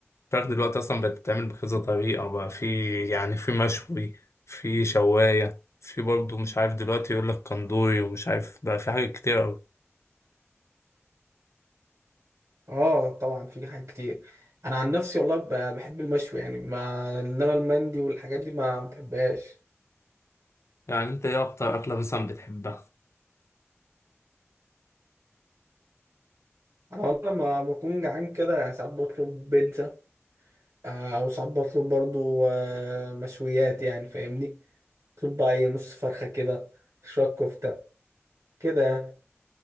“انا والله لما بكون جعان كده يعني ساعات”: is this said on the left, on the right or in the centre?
Right